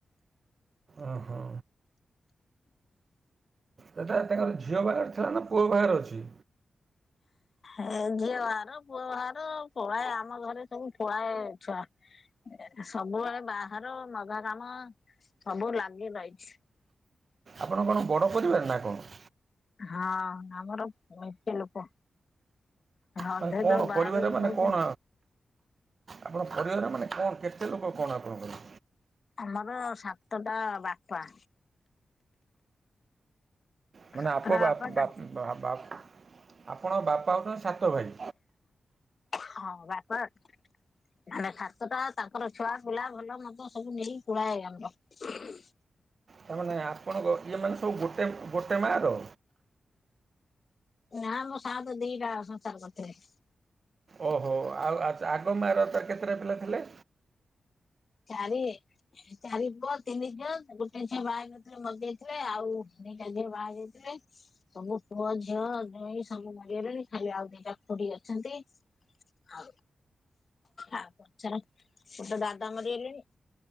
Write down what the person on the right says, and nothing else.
ଓହୋ। ଦାଦା ତାଙ୍କର ଝିଅ ବାହାଘର ଥିଲା ନା ପୁଅ ବାହାଘର ଅଛି?
ଆପଣଙ୍କ କଣ ବଡ଼ ପରିବାର ନା କଣ?
ମାନେ କ'ଣ
ପରିବାର ମାନେ
କ'ଣ ଆପଣ ଙ୍କ ପରିବାର ମାନେ କଣ କେତେ ଲୋକ କଣ ଆପଣଙ୍କର?
ମାନେ
ଆପ ବା
ବା ବା ଆପଣଙ୍କ ବାପା ହଉଛନ୍ତି ସାତ ଭାଇ।
ତାମାନେ ଆପଣଙ୍କ ଇଏ ମାନେ ସବୁ ଗୋଟେ ଗୋଟେ ମାଆ ର?
ଓହୋ ଆଉ ଆଚ୍ଛା ଆଗ ମା ର ତାର କେତେଟା ପିଲା ଥିଲେ?